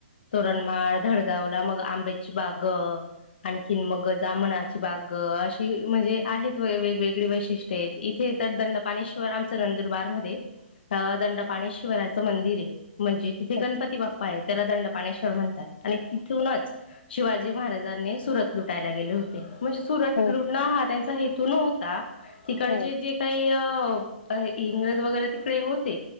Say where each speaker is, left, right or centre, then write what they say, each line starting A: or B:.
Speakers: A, on the left (about 55°); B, on the left (about 85°).
A: तोरणमाळ धडगावला मग आंब्याची बाग.. आणखीन मग जमणाची बाग अशी म्हणजे आहेत वेगवेगळी वै.. इथे तर दंडपाश्वर आम नंदुरबार म दं्.. ं मंदिर आहे म्हणजे तिथे
B: अच्छा,
A: गणपती बाप्.. त्याला दंडपाणेश्वर म्हणतात आणि तिथूनच शिवाजी महाराजांनी सुरत लुटायला गेले होते. म्हणजे सुरट
B: हं,
A: लुटण हा त्यांचा हेतू न्हता तिकडचे
B: हं,
A: जे काही.. इंग्रज वगैरे तिकडे होते